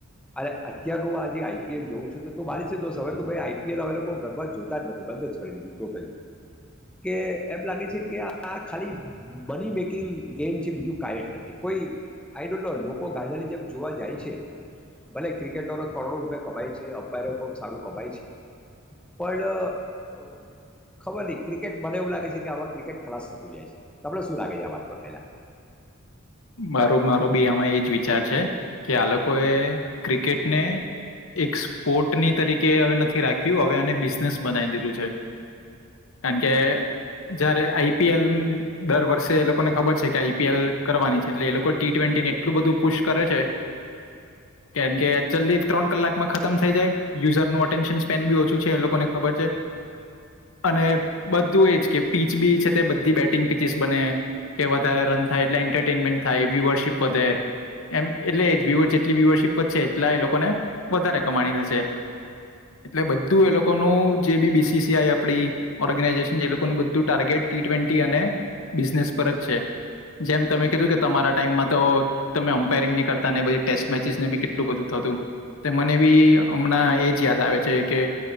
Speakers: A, in the centre; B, on the left.
A: અને અત્યારું આ જે આઈપીએલ જોવું છે તો તો માની છે દોસ્ત હવે તો ભાઈ આઈપીએલ હવે લોકો ઘરમાં જોતા જ નથી બંધ જ કરી દીધું ટોટલી કે એમ લાગે છે કે આ ખાલી મની મેકિંગ ગેમ છે બીજું કાઈ જ નથી કોઈ આઈ ડોન્ટ નો લોકો ગાદાની જેમ જોવા જાય છે ભલે ક્રિકેટરો કરોડો રૂપિયા કપાય છે અમ્પાયરો પણ સારું કપાય છે પણ અ ખબર ની ક્રિકેટ મને એવું લાગે છે કે આવા ક્રિકેટ ખલાસ થતું જાય છે તમને શું લાગે છે આ વાત પર પહેલા
B: મારો મારો બી આમાં એ જ વિચાર છે કે આ લોકોએ ક્રિકેટને એક સ્પોર્ટની તરીકે હવે નથી રાખ્યું હવે આને બિઝનેસ બનાવી દીધું છે. કારણ કે જયારે આઈપીએલ દર વર્ષે એ લોકોને ખબર છે કે આઈપીએલ કરવાની છે. એટલે એ લોકો ટી ટ્વેન્ટીને એટલું બધું પુશ કરે છે કેમ કે જલ્દી ત્રણ કલાકમાં ખતમ થઈ જાય યુઝરનું અટેન્શન સ્પેન બી ઓછું છે એ લોકોને ખબર છે અને બધું એજ કે પીચ બી છે તે બધી બેટિંગ પીચસ બને કે વધારે રન થાય એટલે એન્ટરમેન્ટ થાય એબી વરશીપ વધે એમ એટલે્ય વ્યુવર જેટલી વ્યુવરશીપ વધશે એટલા એ લોકોને વધારે કમાણી થશે એટલે બધું એ લોકોનું જે બી બીસીસીઆઈ આપડી ઓર્ગેનાઈઝેશન એ લોકો બું ટાર્ગેટ ટી ટવેનટી અને બિઝનેસ પર જ છે જેમ તમે કીધું કે તમારા ટાઈમમાં તો તમે અમ્પાયરિંગની કરતા ને બધી ટેસ્ટ મેચિસને બી કેટલું બધું થતું તો મને બી હમણાં એ જ યાદ આવે છે કે